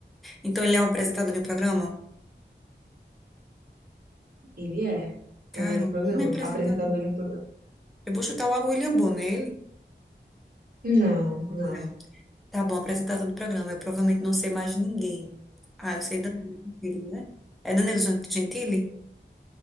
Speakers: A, in the centre; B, on the right (about 50°).
A: Então ele é um apresentador de um programa?
B: Ele é apresentador
A: Cara,
B: de
A: um
B: um programa,
A: homem apresentador.
B: apresentador de um programa.
A: Eu vou chutar logo o William Bonner, ele?
B: Não, não.
A: Não. Tá bom, apresentador do programa. Eu provavelmente não sei mais ninguém. Ah, eu sei Danilo Gentili, né? É Danilo Gen- Gentili?